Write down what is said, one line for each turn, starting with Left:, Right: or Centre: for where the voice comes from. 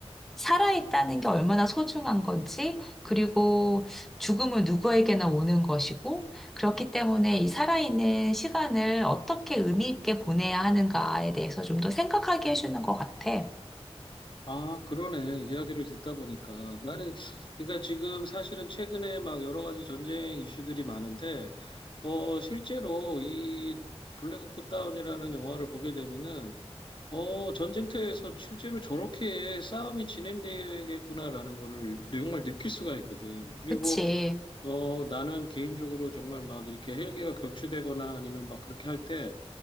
Centre: 살아있다는 게 얼마나 소중한 건지, 그리고 죽음은 누구에게나 오는 것이고, 그렇기 때문에 이 살아있는 시간을 어떻게 의미 있게 보내야 하는가에 대해서 좀 더 생각하게 해주는 것 같아.
Left: 아, 그러네. 이야기를 듣다 보니까. 나는, 그러니까 지금 사실은 최근에 막 여러 가지 전쟁 이슈들이 많은데, 어, 실제로 이 블랙 옵스 다운이라는 영화를 보게 되면은, 어, 전쟁터에서 실제로 저렇게 싸움이 진행되겠구나라는 거를 정말 느낄 수가 있거든. 그리고,
Centre: 그치.
Left: 어, 나는 개인적으로 정말 막 이렇게 헬기가 격추되거나 아니면 막 그렇게 할 때,